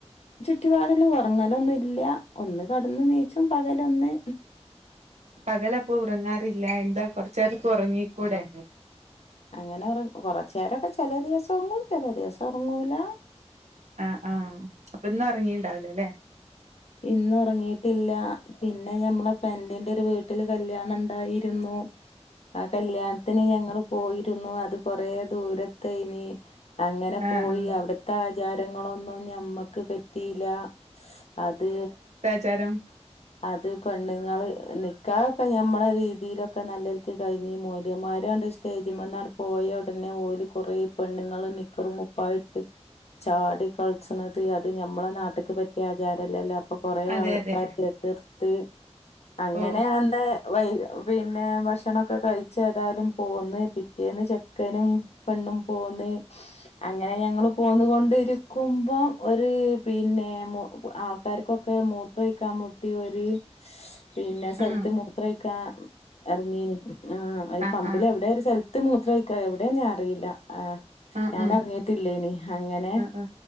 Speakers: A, on the left; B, on the right.
A: ചുറ്റിപാടില് ഒറങ്ങലൊന്നും ഇല്ല ഒന്ന് കടന്ന് നീച്ചും പകലൊന്ന്
B: പകലപ്പൊ ഉറങ്ങാറില്ല എന്താ കൊറച്ചേരൊക്കെ ഒറങ്ങിക്കൂടെ?
A: അങ്ങനെ ഒറങ് കുറച്ചേരൊക്കെ ചെലേ ദിവസം ഒർങ്ങും ചില ദിവസം ഒർങ്ങൂല
B: ആഹ് ആഹ് അപ്പ ഇന്നൊറങ്ങീണ്ടാവുലേ ലെ
A: ഇന്ന് ഉറങ്ങീട്ടില്ല. പിന്നെ ഞമ്മളെ ഫ്രണ്ടിന്റെ ഒരു വീട്ടില് കല്യാണം ഉണ്ടായിരുന്നു. ആ കല്യാണത്തിന് ഞങ്ങൾ പോയിരുന്നു. അത് കൊറേ ദൂരത്തെനി. അങ്ങനെ
B: ആ
A: പോയി
B: ആ
A: അവ്ട്ത്തെ ആചാരങ്ങളൊന്നും ഞമ്മക്ക് പറ്റീല്ലാ. അത്
B: ച്ചേരം
A: അത് പെണ്ണുങ്ങൾ നിക്കാഹ് ഒക്കെ ഞമ്മളെരീതിയിലൊക്കെ നല്ലൽക്ക് കഴിഞ്ഞ്. മോല്യേമാരാണ്ട് സ്റ്റേജ്മ്മന്നാണ്ട് പോയ ഉടനെ ഓല് കുറേ പെണ്ണ്ങ്ങള് നിക്കറും കുപ്പായു ട്ട് ചാടി കളിച്ണത് അത് ഞമ്മളെ നാട്ട്ക്ക് പറ്റിയ ആചാരല്ലല്ലോ. അപ്പം കൊറെ
B: അതെ
A: ആൾ
B: അതെ
A: ക്കാരെതിർത്ത് അങ്ങനെ
B: ഓ
A: <unintelligible> വൈ പിന്നെ ഭക്ഷണൊക്കെ കഴി ച്ചേതാലും പോന്ന് പിറ്റേന്ന് ചെക്കനും പെണ്ണും പോന്ന് അങ്ങനെ ഞങ്ങൾ പോന്നു കൊണ്ടിരിക്കുമ്പൊം ഒരു പിന്നെ ആക്കർക്കൊക്കെ മൂത്രമൊഴിക്കാൻ മു കുട്ടി ഒരുപിന്നെ സ്ഥലത്ത്
B: ആ
A: മൂത്ര ഒഴിക്കാൻ എറങ്ങീനു ഒരു
B: ആ
A: പമ്പില്
B: ആ
A: എവിടെയ ഒരു സ്ഥലത്ത് മൂത്രയിക്കൽഎവിടെയ ഞാൻ അറിയില്ല ആഹ്
B: ആ
A: ഞാൻ
B: ആ
A: അറിഞ്ഞിട്ടില്ലേനീ അങ്ങനെ
B: ആ ആ